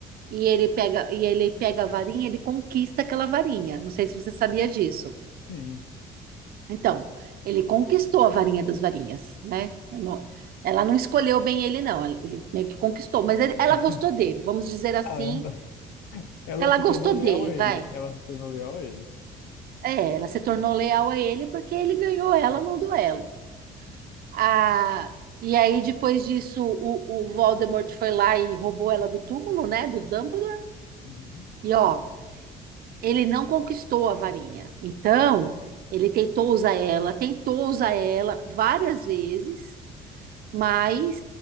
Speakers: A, on the right; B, on the left.
A: e ele pega e ele pega a varinha, ele conquista aquela varinha. Não sei se você sabia disso.
B: sim.
A: Então, ele conquistou a varinha das varinhas, né? Não- ela não escolheu bem ele, não. Ela- Ele meio que conquistou, mas ele- ela
B: <laughs>
A: gostou dele, vamos dizer assim,
B: Ah, ela, ela
A: que ela
B: se tornou
A: gostou
B: leal
A: dele,
B: a
A: vai.
B: ele. Ela se tornou leal a ele.
A: É, ela se tornou leal a ele porque ele ganhou ela num duelo. Ah, e aí, depois disso, o, o Voldemort foi lá e roubou ela do túmulo, né? Do Dumbledore.
B: Uhum.
A: E ó, ele não conquistou a varinha. Então, ele tentou usar ela, tentou usar ela várias vezes. mas